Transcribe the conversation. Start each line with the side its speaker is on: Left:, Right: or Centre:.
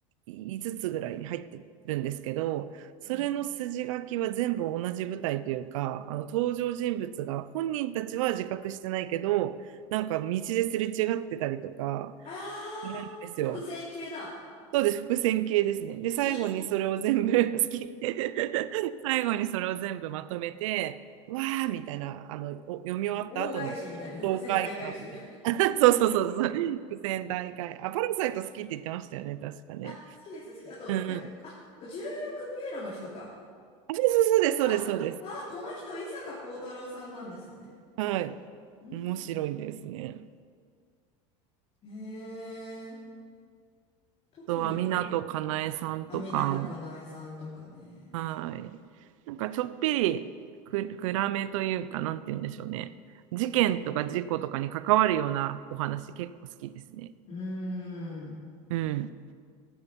Right: 5つつぐらいに入ってるんですけど、それの筋書きは全部同じ舞台というか、
Left: うん。
Right: あの登場人物が本人たちは自覚してないけど、なんか道ですれ違ってたりとか
Left: あ
Right: するんですよ。
Left: あー、伏線系だ。
Right: そうです、伏線系ですね。で、
Left: 好き。
Right: 最後にそれを全部 <laughs> 好き。<laughs> 最後にそれを全部まとめて、わーみたいな、あの、お読み終わった後の爽快感。
Left: 大返しみたいな伏線大回収。
Right: <laughs> そうそうそうそう。伏線大会。あ、パラサイト好きって言ってましたよね、確かね。
Left: あ、好きです、好き。あと、
Right: うんうん。
Left: えあ、
Right: あ、
Left: 重力ピエロの人か。
Right: そうそうそうです、そうです、
Left: あ、あ、
Right: そうです。
Left: この人、伊坂幸太郎さんなんですね。
Right: はい。
Left: うーん。
Right: 面白いですね。
Left: へえ、特に、
Right: あとは、湊かなえさんとか
Left: まあ、あ港かなえさんとかね。
Right: はい。なんかちょっぴりく暗めというか、なんて言うんでしょうね。事件とか事故とかに関わるようなお話結構好きですね。
Left: うーん。
Right: うん。